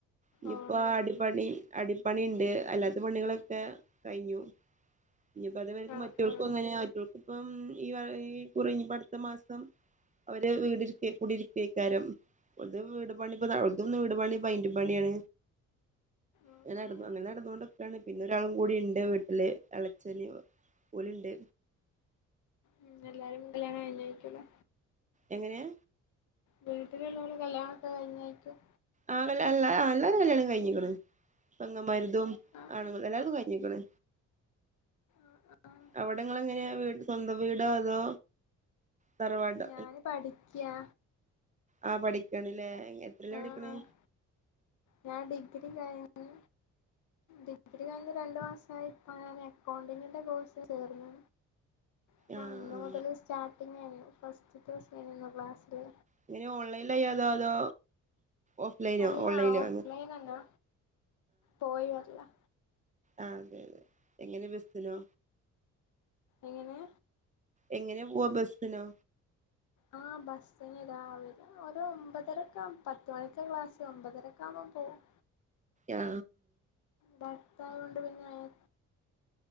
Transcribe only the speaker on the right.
ഇനിയിപ്പോ
അടിപണി അടിപ്പണി ഉണ്ട് അല്ലാത്ത പണികളൊക്കെ കഴിഞ്ഞു ഇനിയിപ്പോ അതേ
മറ്റവൾക്കും
അങ്ങനെയ മറ്റവൾക്ക് ഇപ്പം ഈ കുറി ഇനിപ്പോ അടുത്ത മാസം അവര് വീട് കൂടി ഇരുരിക്കേക്കാരം പുതിയ വീട് പണിപ്പോ തുംന്ന് വീട് പണി പെയിന്റിംഗ് പണിയാണ്
അങ്ങനെ നടന്നോ
അങ്ങനെ നടന്നോണ്ട് നിക്കാണ് പിന്നെ ഒരാളും കൂടി ഇണ്ട് വീട്ടില് ഇളയച്ഛനേം ഓല് ഇണ്ട്
എങ്ങനെയാ
ആ കല് എല്ല എല്ലാ വരും കല്യാണം കഴിഞ്ഞിക്കണ് പെങ്ങമാരുതും
ആണുങ്ങും എല്ലർക്കും കഴിഞ്ഞിക്കണ്
അവിടങ്ങള് എങ്ങനെയ വീട് സ്വന്തം വീടോ അതോ തറവാട്
ആ പഠിക്കണില്ലേ എത്രയിലാ
പഠിക്ക്ണ്
ആ
ആ
ഇങ്ങനെ ഓൺലൈനിലായി അതോ അതോ ഓഫ്ലൈനോ
ഓൺലൈനോ
അങ്ങ
ആഹ് അതെ അതെ എങ്ങനെ ബസ്സിനോ
എങ്ങനെ പോവാ ബസ്സിനോ
ആ ആ ആ